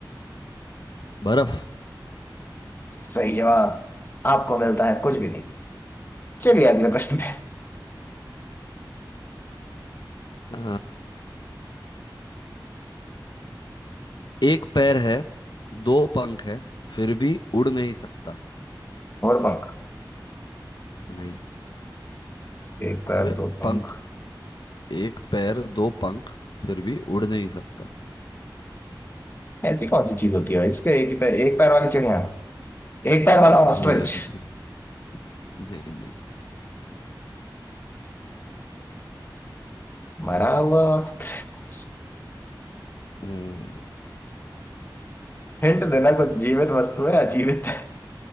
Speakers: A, on the left; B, on the left.
A: बर्फ
B: सही जवाब आपको मिलता है
A: हम्म।
B: कुछ भी नहीं चलिए अगले प्रश्न पे
A: अ, एक पैर है दो पंख है फिर भी उड़ नहीं सकता
B: और पंख
A: नहीं
B: एक पैर
A: अबे
B: दो पंख
A: पंख एक पैर दो पंख फिर भी उड़ नहीं सकता
B: ऐसी कौन सी चीज होती है इसके एक ही पैर एक पैर वाली चिड़िया एक पैर वाला ऑस्ट्रिच
A: नहीं नहीं <laughs> नहीं नहीं
B: मरा हुआ ऑस्ट्रिच।
A: हम्म,
B: हिंट देना कुछ जीवित वस्तु है अजीवित है